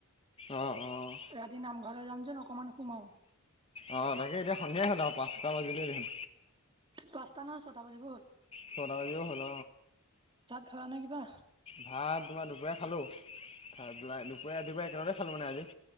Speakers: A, on the left; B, on the right.
A: অঁ অঁ
B: ৰাতি নামঘৰ যাম <unintelligible> অকমান সোমাও
A: অ তাকে এতিয়া সন্ধিয়াই হ'ল আৰু পাঁচটা বাজিলে দেখোন
B: পাঁচটা নহয় ছটা বাজিব হ'ল
A: ছটা বাজিব হল
B: খোৱা নাই কিবা
A: ভাত তোমাৰ দুপৰীয়া খালো খাই পেলাই দুপৰীয়া ৰাতিপুৱাই একেলগৰে খালো মানে আজি